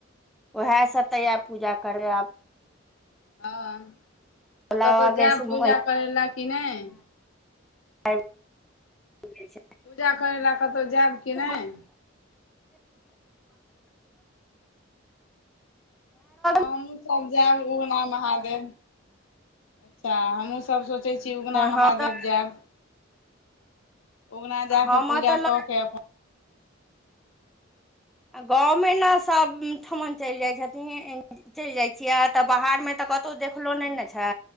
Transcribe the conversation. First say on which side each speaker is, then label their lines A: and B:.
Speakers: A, in the centre; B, on the left.
A: उएह
B: अच्छा
A: सब तऽ य पूजा करेब आ
B: हँ
A: भोला
B: तऽ कतौ
A: बाबाके
B: जेब
A: महिना
B: पूजा करय लए कि नय
A: आ <unintelligible>
B: पूजा करैलए कतौ जायब कि
A: ब
B: नहि
A: <unintelligible> <unintelligible> न
B: हमूँ सब जायब उगना महादेव अच्छा हमहूँ सभ सोचै छी उगना महादेव
A: हम तऽ
B: जायब उगना जा
A: हम
B: कऽ पूजा
A: तऽ
B: कऽ केऽ अपन
A: आ गाँव मे ने सभ ठमन चलि जाइ छथिन चलि जाइ छियै तऽ बाहर मे तऽ कतौ देखलो नय ने छै